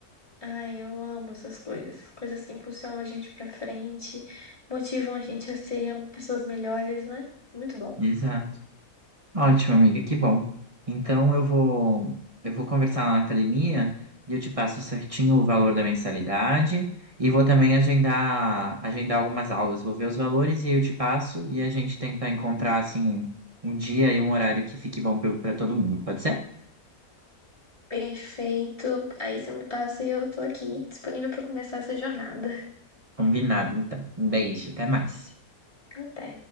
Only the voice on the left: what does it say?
Ai, eu amo essas coisas. Coisas que impulsionam a gente pra frente, motivam a gente a ser pessoas melhores, né? Muito bom.
Perfeito. Aí você me passa e eu tô aqui, disponível pra começar essa jornada.
Até.